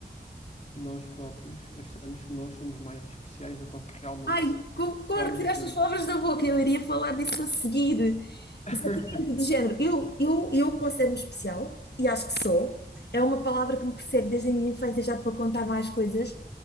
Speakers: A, on the left (about 40°); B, on the left (about 75°).
A: nós próprios, achamos que nós somos mais especiais do que o que realmente,
B: Ai,
A: se-
B: concordo,
A: realmente
B: tiraste
A: somos.
B: as palavras da boca, eu iria falar disso a seguir.
A: <laughs>
B: Exatamente, de género. Eu, eu, eu considero-me especial, e acho que sou. É uma palavra que me persegue desde a minha infância, já te vou contar mais coisas,